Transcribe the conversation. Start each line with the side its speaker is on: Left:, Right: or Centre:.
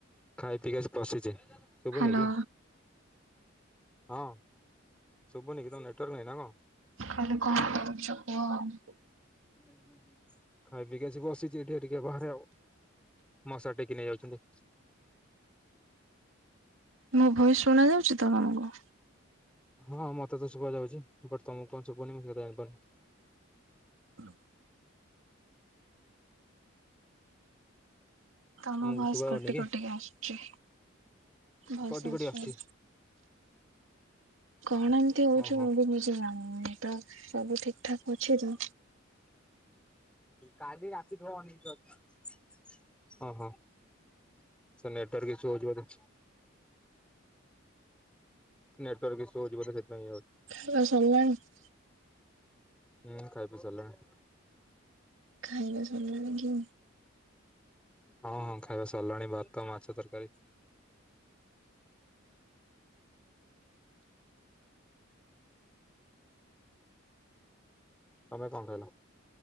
Centre: ଖାଇ ପିଇ ଆସି ବଶିଛି। ଶୁଭୁନି
Right: ହ୍ୟାଲୋ
Centre: କି ହଁ ଶୁଭୁନିକ ତୁମ ନେଟୱାର୍କ ନାହିଁ ନା କଣ?
Right: କାଲି କଣ କରୁଛ କୁହ?
Centre: ହୁଁ ହୁଁ। ଖାଇ ପିକି ଆସି ବସିଛି ଏଠିକି ଟିକେ ବାହାରେ ଆଉ ମଶା ଟେକି ନେଇ ଯାଉଛନ୍ତି।
Right: ମୋ ଭଏସ ଶୁଣା ଯାଉଛି ତ ତମକୁ?
Centre: ହଁ ମତେ ତ ଶୁବା ଯାଉଛି ବଟ ତମକୁ କଣ ଶୁଖୁନି ମୁଁ ହେଟା ଜାଣିପାରୁନି।
Right: ହଲୋ ତମ
Centre: ତମକୁ
Right: ଭୟସ
Centre: ଶୁଭା
Right: କଟି
Centre: ଯାଉନି କି?
Right: କଟିକି ଆସୁଛି ଭୟସ
Centre: କଟି କଟି
Right: ଆସୁନି।
Centre: ଆସୁଛି
Right: କଣ ଏମିତି ହଉଚି
Centre: ଓହୋ
Right: ମୁଁ ବି ନିଜେ ତ ସବୁ ଠିକ୍ ଠାକ୍ ଅଛି ତ।
Centre: କାଲି ରାତିଠୁ <unintelligible> ଓହୋ। ସେ ନେଟୱର୍କ କିଛି ହୋଉଚି ବୋଧେ। ନେଟୱର୍କ ଇସୁହଉଚି ବୋଧେ ସେଥିପାଇଁ ଇଏ ହୋଉଚି।
Right: <unintelligible>
Centre: ହୁଁ ଖାଇ ପି ସାରିଲିଣି।
Right: ଖାଇବା ସରିଲାଣିି କି?
Centre: ହଁ ଖାଇବା ସଲାଣି ଭାତ ମାଛ ତରକାରୀ। ତମେ କଣ ଖାଇଲ?